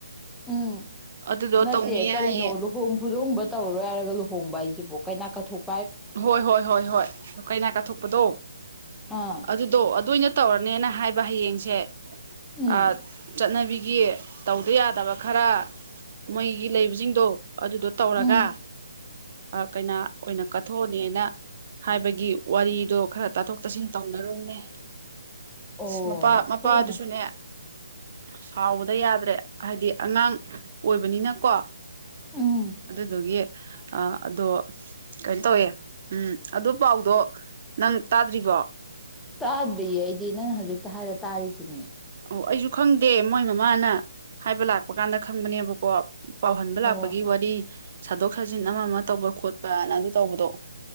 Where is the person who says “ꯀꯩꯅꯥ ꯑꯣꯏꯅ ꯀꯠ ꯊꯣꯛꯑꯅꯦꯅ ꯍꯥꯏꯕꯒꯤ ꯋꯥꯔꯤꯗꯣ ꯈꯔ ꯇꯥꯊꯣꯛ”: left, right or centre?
Right